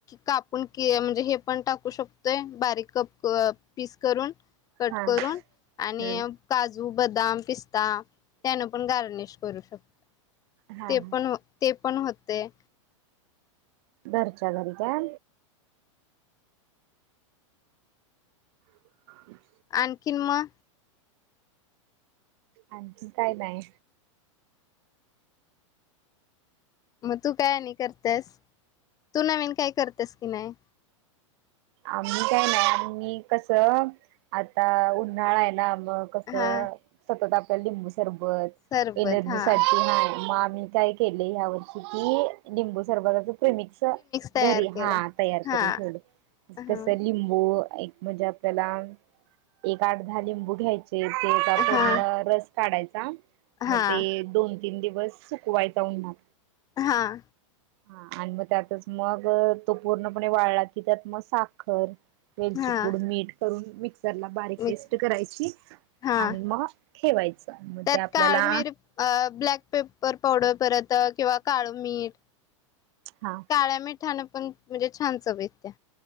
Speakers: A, on the left; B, on the right.
A: कापून म्हणजे हे पण टाकू शकतोय बारीक कप क, पीस करून, कट
B: हा
A: करून,
B: हम्म
A: आणि काजू बदाम, पिस्ता त्यान पण गार्निश करू शकतो.
B: हा
A: ते
B: हा
A: पण व, ते पण होत. ते,
B: घरच्या घरी का? <inaudible>
A: आणखीन म,
B: आणखी काय नाहीय.
A: मग तू काय आणि करतेस? तू नवीन काही करतेस की नाही?
B: आम्ही काय नाय. आम्ही कसं, आता उन्हाळा आहे ना. म कसं
A: हा
B: सतत आ ते लिंबू सरब. बर,
A: सरबत
B: एलर्जी
A: हा
B: साटी नाही म आम्ही काय केले ह्या वर्षी की, लिंबू सरबताचं प्रिमिक्स घरी
A: तयार केला
B: हां तयार
A: हा
B: करून ठेवलंय. म्जे
A: हा
B: कसय लिंबू वय एक म्हणजे आपल्याला, एक आठ धा लिंबू घ्यायची ते ते टाकून
A: हा
B: अं रस् काढायचा. म
A: हा
B: ते दोन तीन दिवस सुकवायचा उन्हात.
A: हां
B: हां, आणि म त्यातच मग तो पूर्णपणे वाळला की त्यात म सा खर, वेलची
A: हा
B: पूड, मीठ करून मिक्स् क्सरला बारीक
A: मिक्स
B: पेस्ट करायची
A: हा
B: आणि म ठेवायचं. मग
A: त्यात
B: ते आपल्याला
A: काळं मिर अ ब्लॅक पेपर पावडर परत किंवा काळं मीठ
B: हा
A: काळ्या मिठानं पण म्हणजे छान चव येत्या.